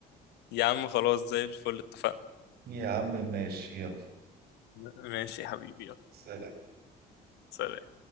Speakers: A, on the left; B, on the right.
A: يا عم خلاص زي الفل اتفقنا
B: يا عم ماشي يلا
A: ماشي يا حبيبي يلا
B: سلام
A: سلام